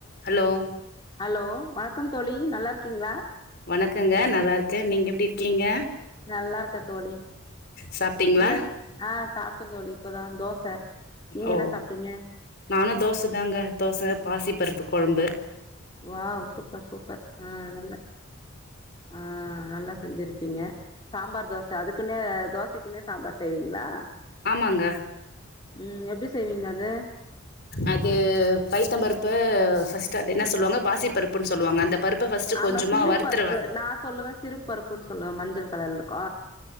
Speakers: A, on the left; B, on the left.
A: Hello
B: hello வணக்கம் தோழி நல்லா இருக்கீங்களா
A: வணக்கங்க நல்லா இருக்கேன் நீங்க எப்படி இருக்கீங்க
B: நல்லா இருக்கேன் தோழி
A: சாப்ட்டீங்களா
B: இல்ல ஆ சாப்பிட்டேன் தோழி இப்பதான் தோச நீங்க
A: ஓ
B: என்ன சாப்ட்டீங்க
A: நானும் தோச தாங்க தோச பாசி பருப்பு குழம்பு
B: வாவ் சூப்பர் சூப்பர் ஆ நல்லா ஆ நல்லா செஞ்சிருப்பீங்க சாம்பார் தோச அதுக்குன்னே தோசக்குன்னே சாம்பார் செய்வீங்களா
A: அமாங்க
B: ம் எப்டி செய்வீங்க அது
A: அது பைத்தம் பருப்பு ஃபஸ்ட் அது என்ன சொல்லுவாங்க பாசி பருப்புன்னு சொல்லுவாங்க அந்த பருப்ப ஃபர்ஸ்ட்டு
B: ஆமா
A: கொஞ்சமா
B: சிறு
A: வறுத்துருவே
B: பருப்பு நான் சொல்லுவேன் சிறு பருப்புன்னு சொல்லுவேன் மஞ்சள் கலர்ல இருக்கு